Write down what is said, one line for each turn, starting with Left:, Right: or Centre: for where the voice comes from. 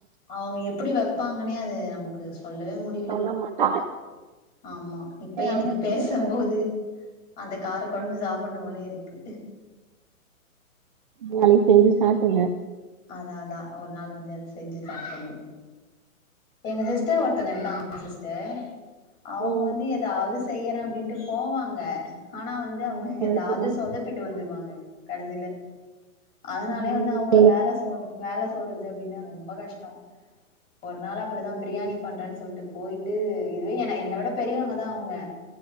Left: அவுங்க எப்படி வப்பாங்கன்னே அது நமக்கு சொல்லவே முட்
Right: சொல்ல மாட்டாங்க
Left: ஆமா இப்ப
Right: ஏ
Left: எனக்கு
Right: அவங்க
Left: பேசும்
Right: சொல்லி
Left: போது அந்த கார கொழம்பு சாப்புட்ணு போலயே இருக்கு
Right: நாளைக்கு செஞ்சி சாப்டுங்க
Left: அதா அதா ஒரு நாள் வந்து அத செஞ்சு சாப்புட்ணு எங்க சிஸ்டர் ஒருத்தவங்க இருக்காங்க சிஸ்டர் அவுங்க
Right: ம்
Left: வந்து ஏதாது என்ன செய்யற அப்டின்ட்டு போவாங்க ஆனா வந்து அவுங்க
Right: கொழப்பிடாம
Left: ஏதாவது சொதப்பிட்டு வந்துருவாங்க கடைசில அதனாலயே
Right: அப்டி
Left: வந்து அவுங்கள வேல சொல்ற வேல சொல்றது அப்டின்னா ரொம்ப கஷ்டோ ஒரு நாள் அப்டிதா பிரியாணி பண்றேன்னு சொல்லிட்டு போயிட்டு இதுவே என் என்ன விட பெரியவங்கதா அவுங்க